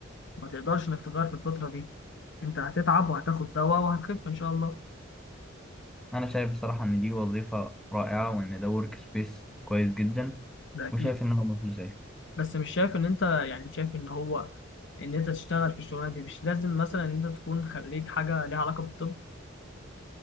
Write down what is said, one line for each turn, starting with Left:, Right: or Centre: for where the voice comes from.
Left: ما تقدرش انك تغير في الفترة دي انت هتتعب وهتاخد دواء وهتخف ان شاء الله
Centre: انا شايف بصراحه ان دي وظيفه رائعه وان ده ورك سبيس كويس جدا
Left: ده اكيد
Centre: وشايف ان هو مفيش زيه
Left: بس مش شايف ان انت يعني شايف ان هو ان انت تشتغل في الشغلانه دي مش لازم مثلا ان انت تكون خريج حاجه ليها علاقه بالطب